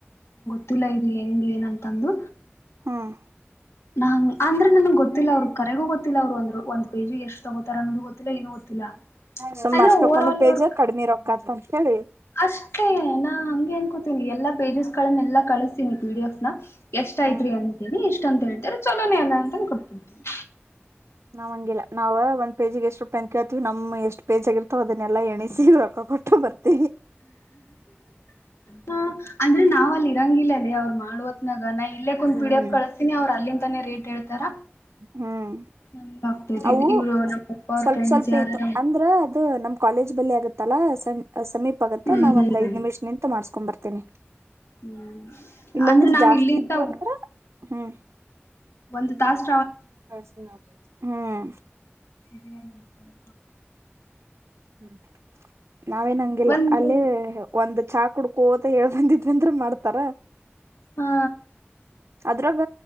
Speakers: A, on the left; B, on the right.
A: ತುಲಾ ಇದ್ ಹೆಂಗ್ ಏನಂತಂದು.
B: ಹ್ಮ್
A: ನಂಗ ಅಂದ್ರೆ ನನ್ಗೆ ಗೊತ್ತ. ಗೊತ್ತಿಲ್ಲ ಅವ್ರರು ಕರೆಗೂ ಗೊತ್ತಿಲ್ಲ ಅವರು ಒಂದರು ಒಂದ ಪೇಜ ಎಷ್ಟ ತಗೋತ ಅನ್ನೋದು ಗೊತ್ತಿಲ್ಲ. ಏನು ಗೊತ್ತಿಲ್ಲ
B: ಸುಮ್
A: ಅಂದ್ರೆ
B: ಅಷ್ಟಕ್ಕನು
A: ಓವರ್ ಆಲ್
B: ಪೇಜ
A: ಅವ್ರ
B: ಕಡ್ಮೆ ರೊಕ್ಕಾತವ. ಸಡೆ <inaudible>
A: ಅಷ್ಟೇ ನಾ ಹಂಗೆ ಅನ್ಕೋತೀನಿ ಎಲ್ಲಾ ಪೇಜಸ್ ಗಳನ್ನೆಲ್ಲಾ ಕಳಿಸತೀನಿ ಪಿ ಡಿ ಎಫ್ ನ. ಎಷ್ಟ
B: ಹ್ಮ್
A: ಐತ್ರಿ ಅಂತೀನಿ ಇಷ್ಟ. ಇಷ್ಟ ಅಂತ ಹೇಳ್ತಾರೆ ಚಲೋನೇ ಅಲ್ಲ ಅಂತಂದ ಕೊಟ್ಬಿಡ್ತೇನಿ.
B: ನಾವ್ಂಗಿಲ್ಲ ನಾವ್ ಒಂದ್ ಪೇಜಿಗೆ ಎಷ್ಟ್ ರೂಪಾಯಿ ಅಂತ ಕೇಳ್ತೀವಿ ನಮ್ ಎಷ್ಟ್ ಪೇಜಿ ಆಗಿರ್ತವ ಅದನ್ನೆಲ್ಲ ಎಣಸಿ ರೊಕ್ಕ ಕೊಟ್ಟ ಬರ್ತೀವಿ.
A: ಹ ಅಂದ್ರೆ ನಾವಲ್ಲಿ. ಇರಂಗಿಲ್ಲದೇ ಅವ್ರು ಮಾಡುವತ್ನಾಗ ನಾ ಇಲ್ಲಕ್ಕ ಕುಂದ್
B: ಹ್ಮ್
A: ಪಿ ಡಿ ಎಫ್ ಕಳಸ್ತೀನಿ ಅವರು ಅಲ್ಲಿಂತಾನೇ ರೇಟ್ ಹೇಳ್ತಾರ
B: ಹ್ಮ್
A: ಹಂಗ ಅಗತೈತಿ
B: ಅವು
A: ಇವರು ನಮ್ಮ್ ಪಪ್ಪ ಅವ್ರ
B: ಸ್ವಲ್ಪ
A: ಫ್ರೆಂಡ್ಸ್
B: ಸ್ವಲ್ಪ
A: ಯಾರಾರ.
B: ಇದ್ದು ಅಂದ್ರ ಅದು ನಮ್ ಕಾಲೇಜ್ ಬಲ್ಲಿ ಆಗುತ್ತಲ್ಲ ಸಣ್. ಸಮೀಪ ಆಗತ್ತ
A: ಹ್ಮ್
B: ನಾ ಒಂದ್ ಐದ ನಿಮಿಷ ನಿಂತ ಮಾಡ್ಸಕೊಂಡ ಬರ್ತನೀ. ತಿನಿ
A: ಹ್ಮ್
B: ಇಲ್ಲಾಂದ್ರೆ
A: ಅಂದ್ರೆ ನಾವ್
B: ಜಾಸ್ತಿ
A: ಇಲ್ಲಿಂದ
B: ಇದ್ದ ಅಂದ್ರ ಹ್ಮ್.
A: ಒಂದು ತಾಸ್.
B: ಹ್ಮ್.
A: ಇದು ಯಾರ ಮಾಡ್ತಾರ ಊಟ.
B: ಹ್ಮ್. ನಾವೇನ್ ಹಂಗಿಲ್ಲ
A: ಒಂದ್
B: ಅಲ್ಲೇ. ಒಂದ್ ಚಾ ಕುಡ್ಕೋತ ಹೇಳ್ ಬಂದಿದ. ನಿಂದ್ರ ಮಾಡ್ತಾರ.
A: ಹಾ
B: ಅದ್ರಲೋಗ